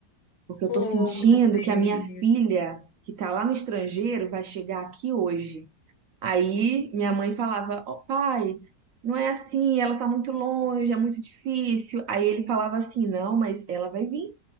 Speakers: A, on the right; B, on the left.
A: Porque eu
B: Oh,
A: tô sentindo
B: meu Deus.
A: que a minha filha, que tá lá no estrangeiro, vai chegar aqui hoje. Aí minha mãe falava, ó pai, não é assim, ela tá muito longe, é muito difícil. Aí ele falava assim, não, mas ela vai vir.